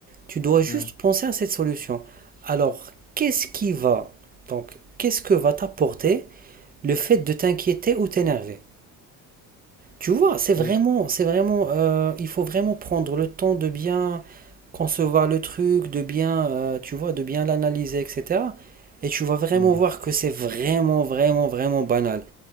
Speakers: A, on the right; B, on the left.
A: Tu dois juste
B: Mm.
A: penser à cette solution. Alors, qu'est-ce qui va, donc, qu'est-ce que va t'apporter le fait de t'inquiéter ou t'énerver? Tu vois, c'est vraiment,
B: Oui.
A: c'est vraiment, euh, il faut vraiment prendre le temps de bien concevoir le truc, de bien, euh, tu vois, de bien l'analyser, etc. Et tu vas vraiment
B: Mm.
A: voir que c'est vraiment, vraiment, vraiment banal.